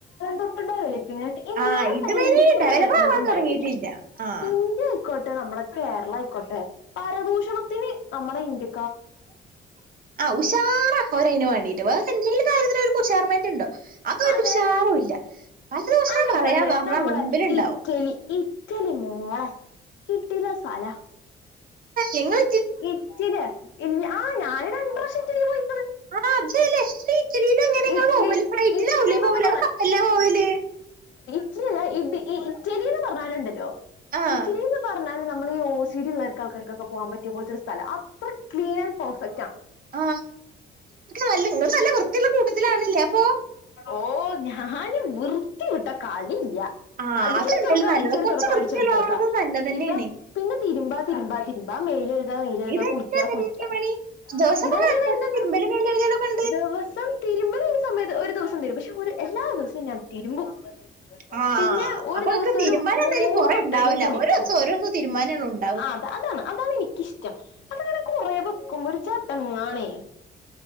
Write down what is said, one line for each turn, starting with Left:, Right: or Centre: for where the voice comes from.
Left: തൊട്ടണ്ടാവില്ലേ എന്നാ
Right: ആഹ് ഇതുവരെ
Left: പറ എക്കും
Right: ഡെവലപ്പ്
Left: ഡെവലപ്മെന്റ്
Right: ആവാൻ
Left: ഉണ്ടായിട്ടില്ല
Right: തുടങ്ങിയിട്ടില്ല ആഹ്
Left: ഇന്ത്യ ആയിക്കോട്ടെ നമ്മട കേരള ക്കോട്ടെ പരദൂഷണത്തിന് നമ്മുടെ ഇന്ത്യ
Right: ആ ഉഷാറ അവർ അയിനുവേണ്ടി അതിനു വേണ്ടീട്ട് വേറെ എന്തെങ്കിലും കാര്യത്തിന് അവരക്ക് ഉഷാർമെന്റ്ണ്ടോ അതൊ
Left: അതെ
Right: പക്ഷെ ഉഷാറുമില്ല പരദൂശണം
Left: അയിനൊക്കെ
Right: പറയാൻ
Left: ഉണ്ട്
Right: പറഞ്ഞാ
Left: നമ്മളെ
Right: മുമ്പിലുണ്ടാവും
Left: ഇറ്റലി ഇറ്റലി മോളെ കിടിലൻ സ്ഥല
Right: നിങ്ങൾ
Left: ഇറ്റലിയ ഇല്ല ആ ഞാന് രണ്ട്രാശം ഇറ്റലിപോയി
Right: ആ അതേലെ ഇറ്റലില് എങ്ങനെ നിങ്ങള്
Left: ഇറ്റലി
Right: പോവല് ഫ്ലൈറ്റിലാവല്ലേ
Left: ഇറ്റലിന്നൊക്കെ
Right: പോവല് അതല്ലെ കപ്പലില പോവൽ
Left: ഇല്ല ഇ ഇറ്റലി എന്ന് പറഞ്ഞാലുണ്ടല്ലോ
Right: ആഹ്
Left: ഇറ്റലിന്ന് പറഞ്ഞാല് നമ്മളെയി ഓസീടിള്ളാൾക്കാർക്ക് ഒക്കെ പോവാൻ പ റ്റിയ പോലത്തൊരു സ്ഥല അത്ര ക്ലീൻ ആൻഡ് പെർഫക്റ്റ് ആണ്
Right: ആ നല്ല നിങ്ങൾ നല്ല വൃത്തിയുള്ള കൂട്ടത്തിൽ ആണ് അല്ലേ അപ്പൊ
Left: ഓ ഞാൻ വൃത്തിവിട്ട കളി ഇല്ല
Right: ആഹ്
Left: അടിച്ചൊരു
Right: അതെന്തായാലും
Left: തുറക്ക
Right: നല്ലതാ
Left: അടിച്ചൊരു
Right: കുറച്ച്
Left: തുറക്ക
Right: വൃത്തിയുള്ളാവണത്
Left: അടിച്ചൊരു തുറക്കാ
Right: നല്ലതന്നെയാണ്
Left: ഇതാ പിന്നെ തിരുമ്പാ <unintelligible> മേല് കഴുകുക
Right: ഇത് തന്നെ
Left: കുളിക്ക കുളിക്ക
Right: പണി ദിവസപ്പങ്ങള്
Left: ഇതന്നെയാണ്
Right: എത്ര
Left: എൻ്റെ
Right: വട്ടം തിരുമ്പലും മേല് കഴുകലൊക്കെ
Left: ദിവസം തിരുമ്പ ഒരു സമയത്ത് ഒരു ദിവസം തീരുമ്പും പക്ഷെ ഒരു എല്ലാ ദിവസവും ഞാൻ തിരുമ്പും
Right: ആ
Left: പിന്നെ ഒരു
Right: അപ്പൊതക്കെ
Left: ദിവസം
Right: തിരുമ്പാന്
Left: ഒരു മൂന്നൊട്ടേലും
Right: എന്തെങ്കിലും കുറേ ഉണ്ടാവൂല്ല
Left: കുളിക്കും
Right: ഓ ദിവസം ഓ ദിവസം തീരുമാനങ്ങള ഉണ്ട്
Left: ആ അതെ അതാണ് അതാണ് എനിക്കിഷ്ടം അതങ്ങനെ കൊറെ വെക്കുമ്പോ ഒരു ചട്ടങ്ങാണേ